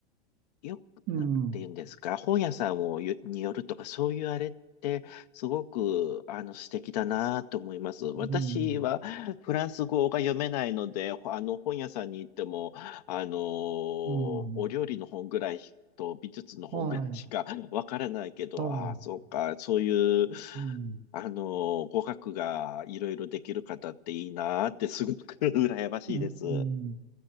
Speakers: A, on the left (about 40°); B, on the right (about 15°).
A: よく、
B: うん、
A: なんて言うんですか、本屋さんをよによるとか、そういうあれって、すごく、あの、素敵だなと思います。私は、
B: うん、
A: フランス語が読めないので、ほあの、本屋さんに行っても、あのーお料理の本ぐらいと、
B: うん、
A: 美術の本ぐらいしかわからないけど、
B: はい、は
A: ああ、そうか、そういう、
B: い、うん、
A: あのー語学がいろいろできる方っていいなって、すごく <laughs> 羨ましいです。
B: うん。